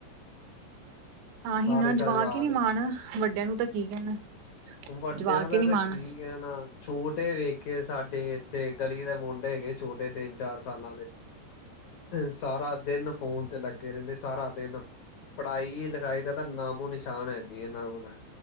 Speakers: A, on the right; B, on the left.
A: ਤਾਂ ਹੀ
B: ਸਾਰੀ
A: ਨਾ
B: ਸਾਰੀ
A: ਜਵਾਕ
B: ਰਾਤ
A: ਹੀ ਨੀ ਮਾਣ, ਵੱਡਿਆਂ ਨੂੰ ਤਾਂ ਕੀ ਕਹਿਣਾ
B: ਵੱਡਿਆਂ
A: ਜਵਾਕ
B: ਦਾ
A: ਹੀ ਨੀ
B: ਤਾਂ
A: ਮਾਣ।
B: ਕੀ ਕਹਿਣਾ ਛੋਟੇ ਵੇਖ ਕੇ ਸਾਡੇ ਇੱਥੇ ਗਲੀ ਦੇ ਮੁੰਡੇ ਹੈਗੇ ਛੋਟੇ ਤਿੰਨ -ਚਾਰ ਸਾਲਾਂ ਦੇ। ਸਾਰਾ ਦਿਨ ਫੋਨ 'ਤੇ ਲੱਗੇ ਰਹਿੰਦੇ, ਸਾਰਾ ਦਿਨ ਪੜ੍ਹਾਈ- ਲਿਖਾਈ ਤਾਂ ਨਾਮੋ-ਨਿਸ਼ਾਨ ਹੈ ਨੀ ਇਹਨਾਂ ਕੋਲ।